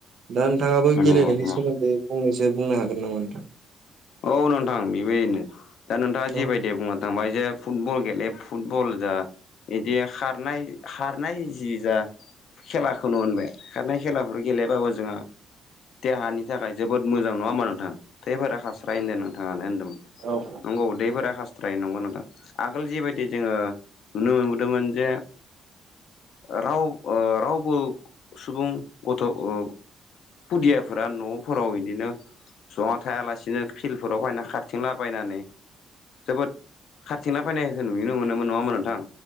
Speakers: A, on the right (about 50°); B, on the left (about 55°).
A: दा नोंथाङाबो गेलेनायनि
B: नंगौ
A: सोमोन्दै फंनैसो बुंनो हागोन नामा नोंथां?
B: औ नोंथां बेबायदिनो दा नोंथाङा जेबायदि
A: औ
B: बुङोद थांबाय जे फुटबल गेले फुटबल जा इदिनाय खारनाय जि जा खेलाखौनो होनबाय खारनाय खेलाफोर गेलेबाबो जोंहा देहानि थाखाय जोबोद मोजां नङा ओमबा नोंथां थैफोरा खास्राय होनदों नोंथाङानो होन्दोंमोन।
A: औ
B: नोंगौ दैफोरा खारस्रायो नंगौ नोंथां आगोल जिबायदि जोङो नुनो मोनबोदोंमोन जे राव ओ रावबो सुबुं गथ' ओ खुदियाफोरा न'फोराव बिदिनो जना थायालासिनो फिल्डफोराव फायना खारथिंला बायनानै जोबोद खारथिंना फायनायखौ नुनो मोनोमोन नङा ओमबा नोंथां?